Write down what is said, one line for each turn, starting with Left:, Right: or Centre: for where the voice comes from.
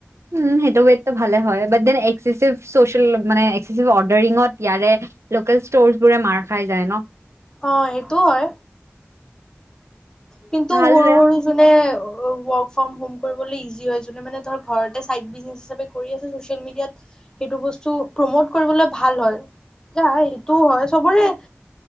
Right: হম', হেইটো ৱেট টো ভালে। ডেন এক্সচিছিভ চছিয়েলত মানে এক্সচিচিভ অৰ্দেৰিংত ইয়াৰে লোকেল স্তৰবোৰে মাৰ খাই যায় ন',।
Left: অ', সেইটোও হয়। কিন্তু
Right: ভাল
Left: সৰু-সৰু
Right: বেয়া
Left: যোনে, ৱৰ্ক-ফৰ্ম-হম কৰিবলে ইজি হয়, মানে ধৰ ঘৰতে চাইড বিজনেছ হিচাপে কৰি আছোঁ চছিয়েল মিডিয়াত হেইটো বস্তু প্ৰমোত কৰিবলে ভাল হয়। সেইটোও হয় চবৰে